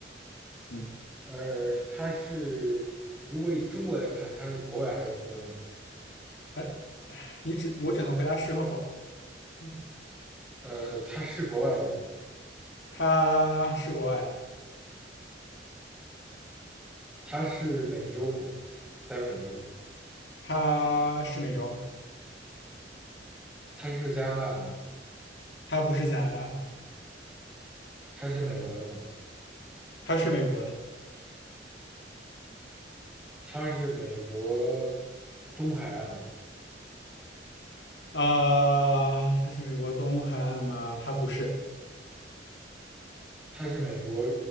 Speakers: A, on the left; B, in the centre.
A: 嗯。
B: 呃，它是如果以中国来看，它是国外还是国内？
A: 还，你只我只能回答是和否。嗯，
B: 呃，它是国外的吗？
A: 他是国外的，
B: 它是美洲吗？在美洲，
A: 他是美洲，
B: 它是加拿大的吗？
A: 他不是加拿大的，
B: 它是美国的吗？
A: 他是美国的
B: 它是美国东海岸吗？
A: 啊，他是美国东海岸吗？他不是，
B: 它是美国